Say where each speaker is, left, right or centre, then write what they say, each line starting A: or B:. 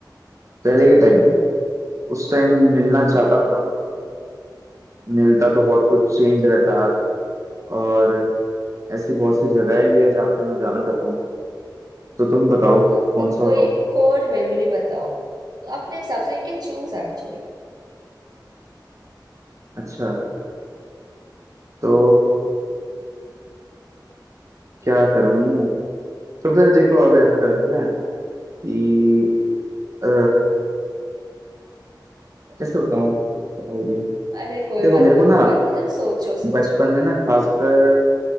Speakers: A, on the right; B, on the right.
A: पहले के टाइम में उस टाइम
B: हम्म
A: मिलना चाहता था मिलता तो बहुत कुछ चेंज रहता आज और ऐसी बहुत सी जगहें भी है जहाँ पे मैं जाना चाहता हूँ तो तुम बताओ
B: हाँ तो
A: कौन
B: तुम
A: सा
B: कोई
A: बताऊँ
B: एक कोर मेमोरी बताओ तो अपने हिसाब से यू कैन चूज एक्चुअली
A: अच्छा तो क्या करूं तो फिर देखो अब ऐसा कर देते हैं कि अ, कैसे बताऊं क्या बोलूं?
B: अरे कोई
A: देखो
B: बात
A: मेरे को
B: नहीं
A: ना
B: कोई बात नहीं तुम सोचो सोचो
A: बचपन में ना खासकर